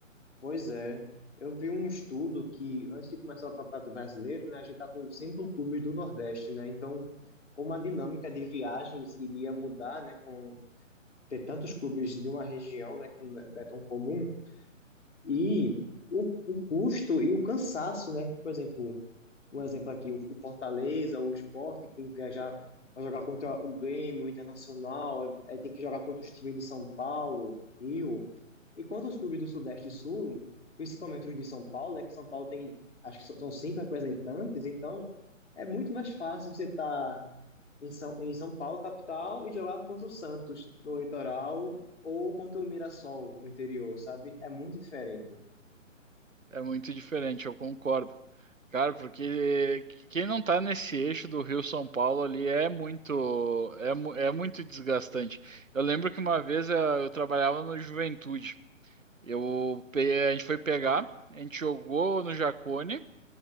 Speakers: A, on the left (about 60°); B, on the right (about 75°).
A: pois é. Eu vi um estudo que antes de começar o Campeonato Brasileiro, né, a gente tá com cinco clubes do Nordeste, né? Então, como a dinâmica de viagens iria mudar, né, com ter tantos clubes de uma região, né, que não é não é tão comum, e o, o custo e o cansaço, né? Por exemplo, um exemplo aqui, o, o Fortaleza, o Sport, que tem que viajar para jogar contra o Grêmio, o Internacional, aí aí tem que jogar contra os times de São Paulo, Rio. E quanto os clubes do Sudeste e Sul, principalmente os de São Paulo, né, que São Paulo tem, acho que so- são cinco representantes, então é muito mais fácil você estar em São, em São Paulo, capital, e jogar contra o Santos no litoral ou contra o Mirassol no interior, sabe? É muito diferente.
B: É muito diferente, eu concordo. Cara, porque quem não tá nesse eixo do Rio-São Paulo ali é muito, é, mu- é muito desgastante. Eu lembro que uma vez eh, eu, trabalhava no Juventude. Eu, pe- a gente foi pegar, a gente jogou no Jacone,